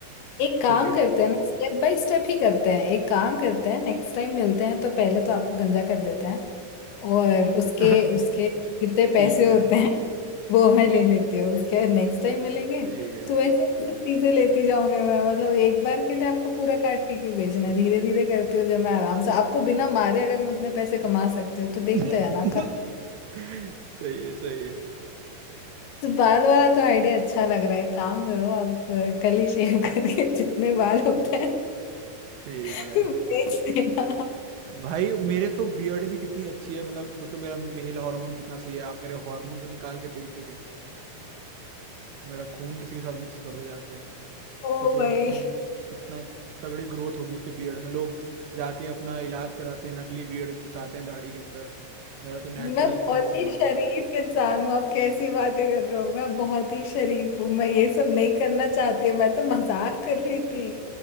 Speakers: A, on the left; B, on the right.
A: एक काम
B: ठीक है
A: करते हैं ना स्टेप बाय स्टेप ही करते हैं एक काम करते हैं नेक्स्ट टाइम मिलते हैं तो पहले तो आपको गंजा कर देते हैं और उसके
B: <laughs>
A: उसके जितने
B: ठीक
A: पैसे
B: है
A: होते हैं <laughs> वो मैं ले लेती हूँ उसके नेक्स्ट टाइम मिलेंगे
B: ठीक है
A: तो ऐसे कुछ चीजें लेती जाऊंगी मैं मतलब एक बार के लिए आपको पूरा काट के क्यों बेचना है धीरे धीरे करती हूँ जब मैं आराम से आपको बिना मारे अगर मैं उतने पैसे कमा सकती हूँ तो देखते
B: <laughs>
A: हैं ना कब
B: सही है सही है
A: तो बाल वाला तो आइडिया अच्छा लग रहा है काम करो आप अ, कल ही शेव <laughs> करके जितने बाल होते हैं
B: ठीक
A: <laughs>
B: है
A: बेच देना
B: भाई मेरे तो बियर्ड भी कितनी अच्छी है मतलब सोचो मेरा मेल हार्मोन कितना सही है आप मेरे हार्मोन निकाल के भेज दो कहीं पे मेरा खून किसी के साथ मिक्स कर दो जाके,
A: ओ
B: सोचो
A: भाई
B: उसके अंदर कितना तगड़ी ग्रोथ होगी उसके बियर्ड में लोग जाके अपना इलाज कराते हैं नकली बियर्ड घुसाते हैं दाढ़ी के अंदर मेरा तो नेचुरली
A: मैं बहुत
B: इतना सही
A: ही शरीफ
B: है
A: इंसान हूँ आप कैसी बातें कर रहे हो मैं बहुत ही शरीफ हूँ मैं ये सब नहीं करना चाहती मैं तो मजाक कर रही थी